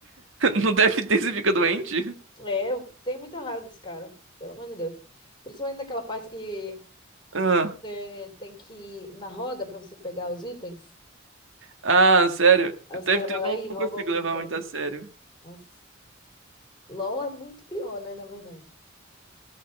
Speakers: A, on the right; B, on the left.
A: Não deve ter, você fica doente?
B: É, eu tenho muita raiva desse cara, pelo amor de Deus. Principalmente daquela parte que
A: Ah,
B: é, tem que ir na roda pra você pegar os itens.
A: ah, sério.
B: Aí os
A: Deve
B: caras
A: ter,
B: vão
A: eu
B: lá
A: não,
B: e roubam
A: não consigo
B: o que
A: levar
B: eu quero.
A: muito a sério.
B: Nossa. LOL é muito pior, né, na verdade.